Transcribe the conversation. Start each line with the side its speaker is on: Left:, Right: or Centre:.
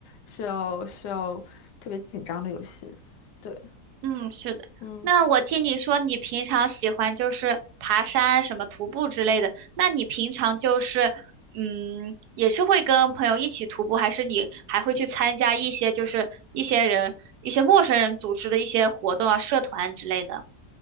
Left: 需要需要特别紧张的游戏。对，
Right: 嗯，是的。
Left: 嗯
Right: 那我听你说你平常喜欢就是爬山、什么徒步之类的，那你平常就是嗯，也是会跟朋友一起徒步，还是你还会去参加一些就是一些人、一些陌生人组织的一些活动啊、社团之类的？